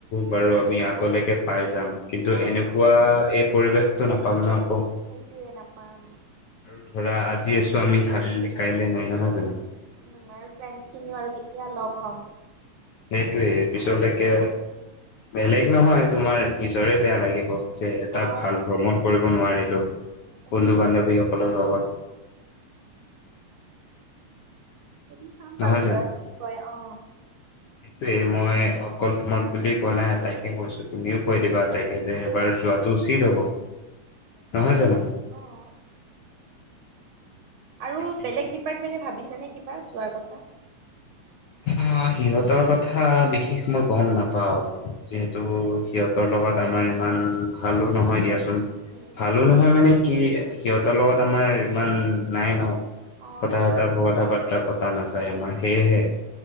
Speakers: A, on the left; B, on the right.
A: বাৰু আমি আগলৈকে পাই যাম কিন্তু
B: অ'
A: এনেকুৱা এই পৰিৱেশটো নাপাম ন আকৌ।
B: সেইটোৱে নাপাম
A: আৰু ধৰা আজি আছো আমি কা কাই কাইলে নাই নহয় জানো?
B: উম আৰু ফ্ৰেড খিনিও আৰু কেতিয়া লগ হ'ম।
A: সেইটোয়ে পিছলৈকে বেলেগ নহয় তোমাৰ নিজৰে বেয়া লাগিব। যে এটা
B: অ',
A: ভাল ভ্ৰমণ কৰিব। নোৱাৰিলো।
B: তাকে
A: বন্ধু বান্ধৱীসকলৰ লগত।
B: সুধি চাম বাৰু
A: নহয়
B: ঘৰত কি কয় অ।
A: সেইটোৱয়ে মই অকল তোমাক বুলি কোৱা নাই আটাইকে কৈছো তুমিও কৈ দিবা। তাইকে যে এবাৰ
B: অ',
A: যোৱাটো
B: কম কম।
A: উচিত হব। নহয়
B: ঠিক
A: জানো?
B: আছে। অ', আৰু
A: বাকী
B: বেলেগ ডিপাৰ্টমেণ্টে ভাবি ছে নে কিবা যোৱাৰ কথা।
A: অ সিহঁতৰ কথা বিশেষ মই গম নাপাও। যিহেতু
B: উম।
A: সিহত ত লগত আমাৰ ইমান ভালো নহয় দিয়াচোন।
B: উম, উম,
A: ভালো নহয় মানে কি সিহঁতৰ লগত আমাৰ ইমান নাই ন।
B: অ',
A: কথা
B: নাই।
A: অথা কথা পাতি। কথা পতা নাযায় য় আমাৰ সেয়েহে
B: উম,